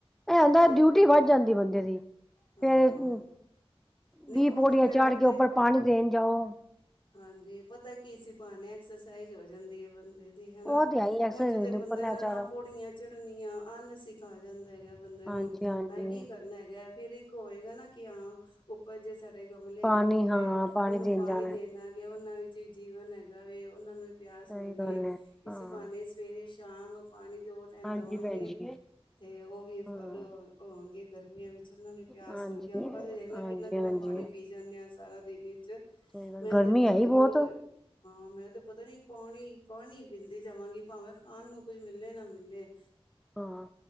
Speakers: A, in the centre; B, on the left.
A: ਏ ਐਂਦਾਂ
B: ਤੇ
A: ਡਿਊਟੀ ਵੱਧ ਜਾਂਦੀ ਬੰਦੇ ਦੀ
B: ਹਾਂ
A: ਫਿਰਰ
B: ਨਹੀਂ
A: ਵੀਹ
B: ਉਹ
A: ਪੌੜੀਆਂ
B: ਤੇ ਫੇਰ
A: ਚੱੜ
B: ਪਤਾ
A: ਕੇ ਉੱਪਰ ਪਾਣੀ ਦੇਣ ਜਾਓ।
B: ਹਾਂਜੀ ਪਤਾ ਕੀ ਇਸੀਂ ਪਾਣੇ ਐਕਸਰਸਾਈਜ਼ ਹੋ ਜਾਂਦੀ ਐ ਬੰਦੇ ਦੀ ਹਨਾਂ,
A: ਉਹ ਤੇ ਹੈ ਹੀ ਐਕਸਰਸਾਈਜ਼
B: ਉਂਝ
A: ਹੁੰਦੀ
B: ਤੇ
A: ਉੱਪਰ
B: ਬੰਦਾ
A: ਲੈ
B: ਨਾ
A: ਚੜੋ
B: ਪੋੜੀਆਂ ਚੜਨੀਆਂ ਆਲਸ ਈ ਖਾ ਜਾਂਦਾ ਹੈਗਾ ਬੰਦੇ
A: ਹਾਂਜੀ-ਹਾਂਜੀ
B: ਨੂੰ ਹਾਏ ਕੀ ਕਰਨਾ ਹੈਗਾ ਫੇਰ ਇੱਕ ਹੋਏਗਾ ਨਾ ਕਿ ਹਾਂ ਉੱਪਰ ਜੇ ਸਾਡੇ ਗਮਲੇ
A: ਪਾਣੀ
B: ਹੈਗੇ ਨੇ ਜਿਵੇਂ
A: ਹਾਂ
B: ਉਹਨੂੰ
A: ਦੇਣ
B: ਪਾਣੀ
A: ਜਾਣਾ
B: ਦੇਣ ਗਿਆ ਉਹਨਾਂ ਵਿੱਚ ਜੀਵਨ ਹੈਗਾ ਵੇ ਉਹਨਾਂ ਨੂੰ ਵੀ ਪਿਆਸ
A: ਸਹੀ
B: ਲੱਗਦੀ
A: ਗੱਲ
B: ਏ
A: ਹੈ ਹਾਂ
B: ਇਸੀ ਪਾਣੇ ਸਵੇਰੇ ਸ਼ਾਮ ਪਾਣੀ ਦੋ ਟਾਈਮ
A: ਹਾਂਜੀ
B: ਦੇਵਾਂਗੇ
A: ਭੈਣ ਜੀ
B: ਤੇ ਉਹ ਵੀ
A: ਹਾਂ
B: ਫਲ ਹੋਣਗੇ ਗਰਮੀਆਂ ਵਿੱਚ ਉਹਨਾਂ ਨੇ ਪਿਆਸ
A: ਹਾਂਜੀ-ਹਾਂਜੀ-ਹਾਂਜੀ
B: ਲੱਗਦੀ ਐ, ਆਪਾਂ ਦੇਖ ਲੈ ਕਿੰਨਾ-ਕਿੰਨਾ ਪਾਣੀ ਪੀ ਜਾਂਣੇ ਆਂ ਸਾਰਾ ਦਿਨ ਇਚ।
A: ਸਹੀ ਗੱਲ
B: ਮੈਂ
A: ਗਰਮੀ
B: ਤੇ ਭੈਣਜੀ
A: ਹੈ ਹੀ ਬਹੁਤ
B: ਦੋ ਹਾਂ ਮੈਂ ਤੇ ਪਤਾ ਨੀ ਪਾਣੀ, ਪਾਣੀ ਪੀਂਦੀ ਜਾਵਾਂਗੀ ਭਾਵੇਂ ਖਾਣ ਨੂੰ ਕੁੱਝ ਮਿਲਲੇ ਨਾ ਮਿਲਲੇ।
A: ਹਾਂ